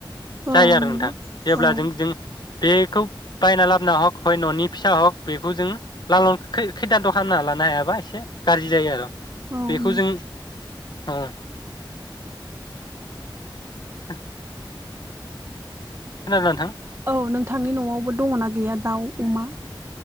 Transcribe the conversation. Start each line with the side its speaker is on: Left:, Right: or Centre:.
Left: जायो
Right: औ
Left: आरो
Right: नंगौ
Left: नोंथां जेब्ला
Right: औ
Left: जों जों बेखौ बायना लाबना हक हय न'नि फिसा हक बेखौ जों लाल खै खैदानथ' खालामना लानो हायाबा एसे गाज्रि जायो आरो।
Right: औ
Left: बेखौ
Right: नों
Left: जों औ। <unintelligible> खोनादों नोंथां?
Right: औ नोंथांनि न'आवबो दङना गैया? दाउ अमा